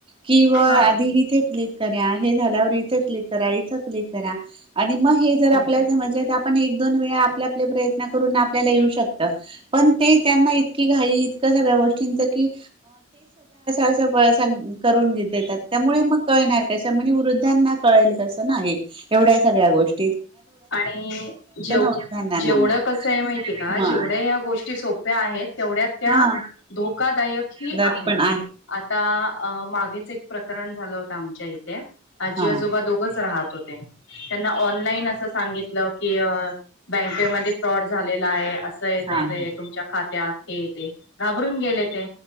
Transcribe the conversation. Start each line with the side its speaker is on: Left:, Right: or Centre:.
Right: क आ
Left: हा
Right: करा हे झाल्यावर इ चकली करा इ चकली करा आणि मग हे जर
Left: हम्म
Right: आपल्याला समजलं तर आपण एक दोन वेळा आपल्या आपले प्रयत्न करून आप ये शकत पण ते त्यांना इतकी घाई इतक सगळ्या गोष्टींच की अस बळ करून घ देतात त्यामुळे मग कळणार कस म्ह वृद्धांना कळेल कसं नाही एवढ्या सगळ्या गोष्ट
Left: आणि जेव
Right: वृद्धांना
Left: जेवढं
Right: मग
Left: कसं आहे माहितीय का
Right: मग
Left: जेवढ्या या गोष्टी सोप आहेत तेवढ्या त्या
Right: हा
Left: धोका यक ह
Right: त्यात
Left: आहे
Right: पण
Left: आता मागेच एक प्रकरण झालं होतं आमच्या इथे आजी
Right: हा
Left: आजोबा दोघच राहत होते त्यांना ऑनलाईन अस सांगित की बँकेमध्ये फ्रॉड झाला आहे आहे
Right: हा
Left: तसं
Right: हा
Left: आहे तुमच्या खात्यात ते ते घाबरून गेले ते